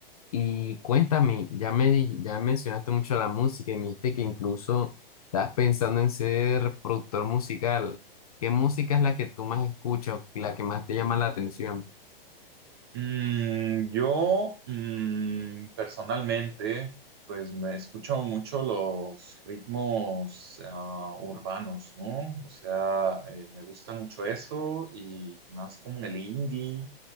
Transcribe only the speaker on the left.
Y cuéntame, ya me, di- ya mencionaste mucho la música y me dijiste que incluso estás pensando en ser productor musical. ¿Qué música es la que tú más escuchas, la que más te llama la atención?